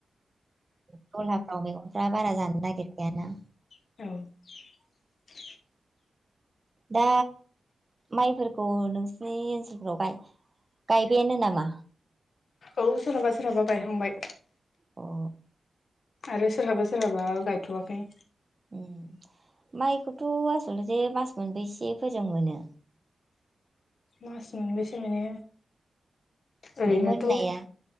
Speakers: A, on the right (about 25°); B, on the left (about 65°).
A: दलहा अ मैगंफ्रा बारा जानो नागिरखाया ना।
B: औ
A: दा माइफोरखौ नोंसिनि ओनसोलफोराव गाय गायबायानो नामा?
B: औ सोराबा सोराबा गाय हांबाय।
A: अ
B: आरो सोरहाबा सोरहाबा गायथ'वाखै।
A: उम माइखौथ' आसल'थे मास मोनबोसे फोजों मोनो?
B: मास मोनबोसे माने
A: माने
B: ओरैनोथ'
A: मोननाया